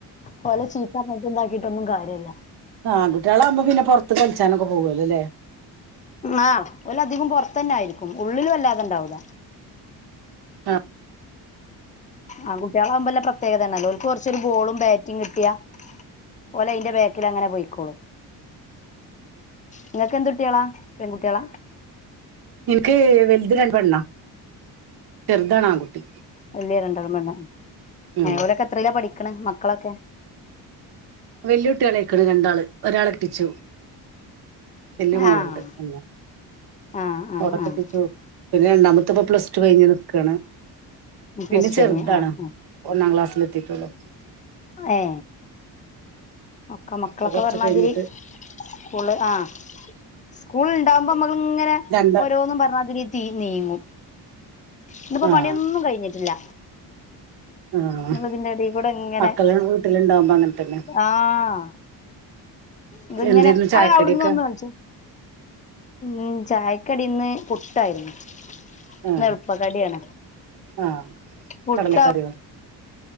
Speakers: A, on the left; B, on the right.
A: പോലെ ചീത്ത- ഉണ്ടാക്കിട്ടൊന്നും കാര്യമില്ല.
B: ആൺകുട്ടികആകുമ്പോ- പിന്നെറത്ത് കളിച്ചാനൊക്കെ- പോവുവല്ല അല്ലേ?
A: ആഹാ ഒലധികം പുറത്തന്നെ ആയിരിക്കും, ഉള്ളിൽ വല്ലാതെ ഉണ്ടാവൂല്ല.
B: ആഹാ,
A: ആൺകുട്ടികളാകുമ്പോല്ല, പ്രത്യേകതന്ന, ഓലേക്ക് കുറച്ചൊരു ബോളും, ബാറ്റും കിട്ടിയാ. ഓലെ അയിന്റെ ബക്കിൽ അങ്ങനെ പോയിക്കോളൂ, നിങ്ങൾക്ക് എന്ത്ട്ടികളാ? പെൺകുട്ടികള.
B: എനിക്ക് വലുത രണ്ട് പെണ്ണാ, ചെറുതണാ ആൺകുട്ടി.
A: വലിയ രണ്ടെളമല്ല
B: ഉം
A: വരൊക്കെ എത്രല്ല പഠിക്കണ മക്കളൊക്കെ.
B: വെല്ലുവിട്ടികളക്കണ് രണ്ടാള്, ഒരാളെട്ടിച്ചു വല്ല മോളുണ്ട്
A: ആഹ്
B: എന്ന.
A: ആഹ് ആഹ്
B: ഓട
A: ആഹ്
B: കെട്ടിച്ചു, പിന്നെ രണ്ടാമത്തെ ഇപ്പ പ്ലസ്ടു കഴിഞ്ഞ് നിക്കാണ്
A: പ്ലസ്
B: പിന്നെ
A: ടു
B: ചെറുതാണ്
A: കഴിഞ്ഞ് ആഹ് ആഹ്
B: ഒന്നാം- ക്ലാസ്സിലെത്തിയിട്ടുള്ളു.
A: ഹേ.. ഒക്കെ മക്കളൊക്കെ
B: അത് കൊറച്ച്
A: പറഞ്ഞതില്
B: കഴിഞ്ഞിട്ട്
A: സ്കൂള് ആഹ് സ്കൂള ഉണ്ടാവുമ്പോ മമ്മൂങ്ങനെ
B: രണ്ട്
A: ഓരോന്നും പറഞ്ഞാ രീതി തീ നീങ്ങും ഇന്നിപ്പോ
B: ആഹ്
A: പണിയൊന്നും കഴിഞ്ഞിട്ടില്ല
B: ആഹ്
A: ഇന്നിപ്പോ ഇതിന്റെ എടയിൽ കൂടെ ഇങ്ങനെ
B: മക്കളെ വീട്ടിലുണ്ടാവുമ്പോ അങ്ങനത്തന്നെ
A: ആഹ് ഇത് ഇങ്ങനെ
B: എന്തായിരുന്നു ചായക്കടിയൊക്കെ
A: അ അവിടുന്ന് ഒന്ന് കളിച്ചോ ഉം ചായക്കടി ഇന്ന് പുട്ടായിരുന്നു
B: ആഹ്
A: ന്നിളുപ്പ കടിയാണ്
B: ആഹ്
A: പുട്ടോ
B: കടലക്കറിയോ